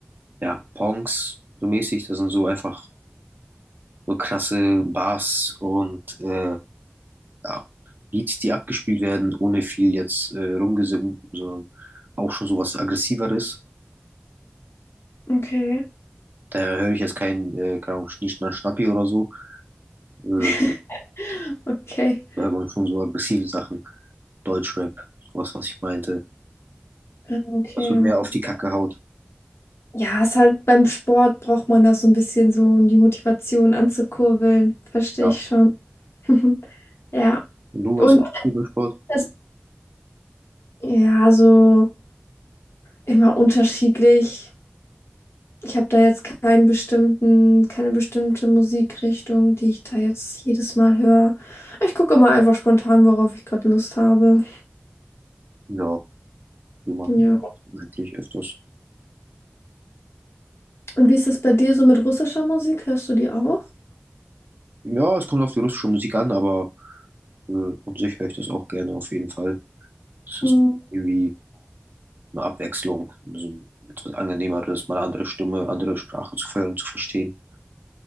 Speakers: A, on the right; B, on the left.
A: ja, Pongs so mäßig. Das sind so einfach so krasse Bars und äh, ja, Beats, die abgespielt werden, ohne viel jetzt äh, rumgesungen, sondern auch schon so was Aggressiveres.
B: Okay.
A: Daher höre ich jetzt keinen äh, Kram, Schnischner, Schnappi oder so. Äh,
B: <laughs> Okay.
A: da hört man schon so aggressive Sachen. Deutschrap, sowas, was ich meinte.
B: Ja, Okay.
A: Was so mehr auf die Kacke haut.
B: Ja, ist halt beim Sport braucht man das so ein bisschen so, um die Motivation anzukurbeln. Verstehe
A: Ja.
B: ich schon. <laughs> Ja.
A: Und du, was
B: Und
A: hast du für Sport?
B: das, ja, so immer unterschiedlich. Ich habe da jetzt keinen bestimmten, keine bestimmte Musikrichtung, die ich da jetzt jedes Mal höre. Ich gucke immer einfach spontan, worauf ich gerade Lust habe.
A: Ja, du machst
B: Ja.
A: eigentlich öfters.
B: Und wie ist das bei dir so mit russischer Musik? Hörst du die auch?
A: Ja, es kommt auf die russische Musik an, aber Äh, und sich höre ich das auch gerne auf jeden Fall. Das
B: Mhm.
A: ist irgendwie eine Abwechslung, so ein etwas angenehmeres, mal eine andere Stimme, andere Sprache zu hören, zu verstehen.